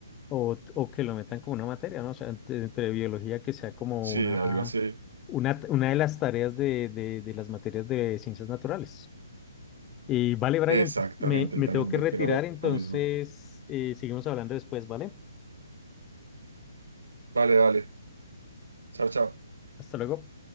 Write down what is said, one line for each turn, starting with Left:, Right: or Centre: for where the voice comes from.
Left: O, o que lo metan como una materia, ¿no? O sea, entre, entre biología que sea como
Right: Sí,
Left: una...
Right: algo así.
Left: Una, una de las tareas de, de- de las materias de ciencias naturales. Y vale, Brian,
Right: Exactamente,
Left: me, me
Right: él también
Left: tengo que retirar,
Right: opina lo
Left: entonces
Right: lo mismo.
Left: eh, seguimos hablando después, ¿vale?
Right: Vale, vale. Chao, chao.
Left: Hasta luego.